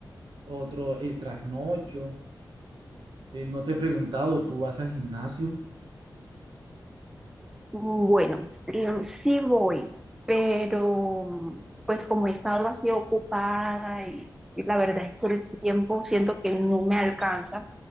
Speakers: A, on the right; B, in the centre.
A: Otro, el trasnocho. Eh, no te he preguntado, ¿tú vas al gimnasio?
B: Bueno, em, sí voy, pero pues como he estado así ocupada y, y la verdad es que el tiempo siento que no me alcanza,